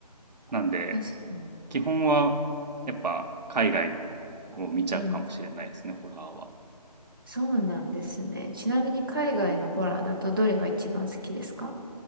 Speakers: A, on the right (about 80°); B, on the right (about 35°).
A: なんで
B: 確かに。
A: 基本はやっぱ海外のを見ちゃうかもしれないですねホラーは
B: うん。そうなんですね。ちなみに海外のホラーだとどれが一番好きですか